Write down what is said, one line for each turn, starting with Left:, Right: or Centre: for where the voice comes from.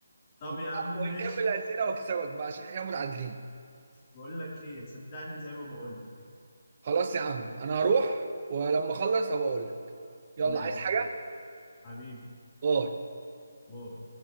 Left: طب
Right: ون-
Left: يا عم ماشي
Right: ونكمل اسئله واكسبك بقى عشان احنا كده متعادلين
Left: بقول لك ايه صدقني زي ما بقول
Right: خلاص يا عم انا هروح ولما اخلص هبقى اقول لك يلا
Left: ماشي
Right: عايز حاجه
Left: حبيبي
Right: باي
Left: باي